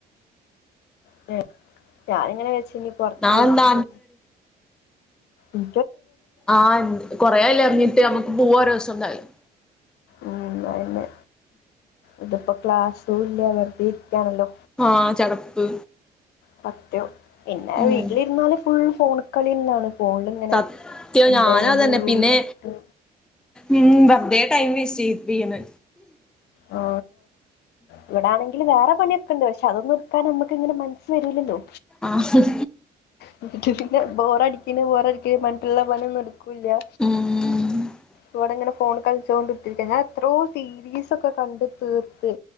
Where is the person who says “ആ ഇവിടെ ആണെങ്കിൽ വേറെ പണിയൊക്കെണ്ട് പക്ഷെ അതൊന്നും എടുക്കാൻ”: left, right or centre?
Left